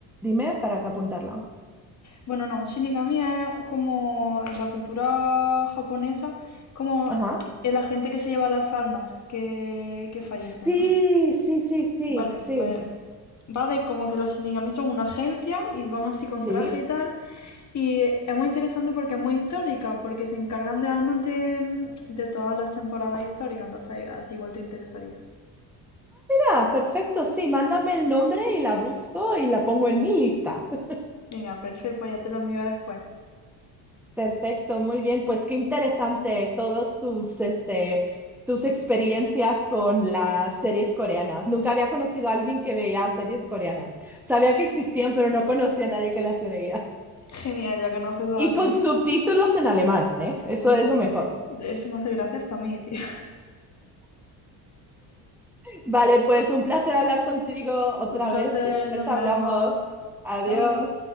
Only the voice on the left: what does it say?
Bueno, no, un shinigami es como en la cultura japonesa, como
el agente que se lleva las almas que, que fallecen,
¿no?
Vale,
pues va de como que los shinigami son una agencia y van así con
traje y tal. Y es muy interesante porque es muy histórica, porque se encargan de almas de, mm, de todas las temporadas históricas, entonces a ti igual te interesaría.
Venga, perfecto, pues ya te lo envío después.
Genial, ya conoces a
alguien.
Uy,
sí,
eh. Eso me hace gracia hasta a mí, tío.
<laughs>
Un placer,
nos
vemos.
Chao.